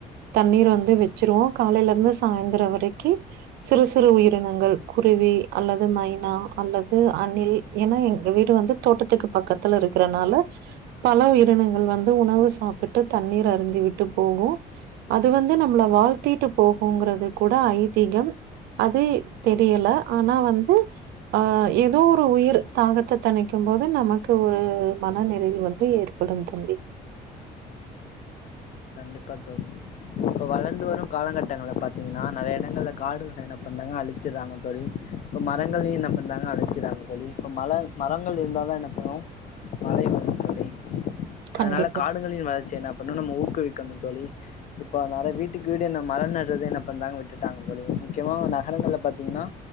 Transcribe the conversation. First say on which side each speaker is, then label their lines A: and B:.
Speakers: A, on the right; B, on the left.
A: தண்ணீர் வந்து வெச்சிருவோ காலைல இருந்து சாய்ந்திரோ வரைக்கி சிறு சிறு உயிரினங்கள் குருவி அல்லது மைனா அல்லது அணில் ஏனா எங்க வீடு வந்து தோட்டத்துக்கு பக்கத்துல இருக்கிறனால பல உயிரினங்கள் வந்து உணவு சாப்பிட்டு தண்ணீர் அருந்தி விட்டு போகூ அது வந்து நம்மள வாழ்த்திட்டு போகுன்றது கூட ஐதீகம் அது தெரியல ஆனா வந்து ஆ ஏதோ ஒரு உயிர் தாகத்த தணிக் கும்போது நமக்கு ஒரு மன நிறைவு வந்து ஏற்படூ தம்பி
B: கண்டிப்பா தோழி இப்ப வளந்து வரூ காலகட்டங்கள்ல பாத்தீங்னா நெறைய இடங்கள்ல காடுகள என்ன பண்றாங்க அழிச்சுடுறாங்க தோழி இப்ப மரங்களையூ என்ன பண்றாங்க அழிச்சுடுறாங்க தோழி இப்ப மழ மரங்கள் இருந்தா தா என்ன பண்ணூ மழை வரூ தோழி
A: கண்டிப்பா.
B: அதுனால காடுகளின் வளர்ச்சி என்ன அப்ட் இன்னூ நம்ம ஒ ஊக்குவிக்கணூ தோழி இப்ப அத்னால வீட்டுக்கு வீடு என்ன மரோ நடுறது என்ன பண்றாங்க விட்டுட்டாங்க தோழி முக்கியமா நகரங்கள்ல பாத்தீங்னா